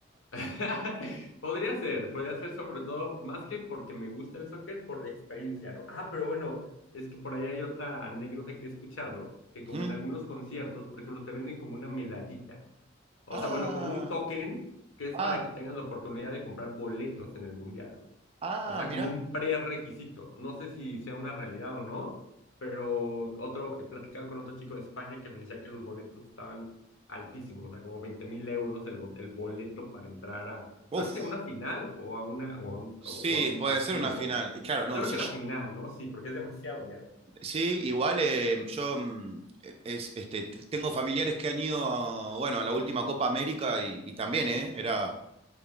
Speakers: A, on the left (about 80°); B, on the right (about 30°).
A: <laughs> Podría ser, podría ser sobre todo, más que porque me gusta el soccer, por la experiencia, ¿no? Ah, pero bueno, es que por ahí hay otra anécdota que he escuchado, que como
B: ¿Mm?
A: en algunos conciertos, por ejemplo, te venden como una medallita, o
B: Ah,
A: sea, bueno, como un token que es
B: ah,
A: para que tengas la oportunidad de comprar boletos en el mundial
B: ah,
A: o sea,
B: mirá.
A: como un prerequisito. No sé si sea una realidad o no, pero otro, he platicado con otro chico de España que me decía que los boletos estaban altísimos, o sea, como veinte mil euros el, bo- el boleto para entrar a,
B: Uf,
A: no sé si a una final o a, una, o a, un,
B: sí,
A: o- o a un
B: puede
A: partido.
B: ser una final. Y claro, no,
A: Yo creo
B: sí,
A: que la final, ¿no? Sí, porque es demasiado dinero.
B: sí, igual eh, yo mm, es, este, t- tengo familiares que han ido a, bueno, a la última Copa América y, y también, ¿eh? Era,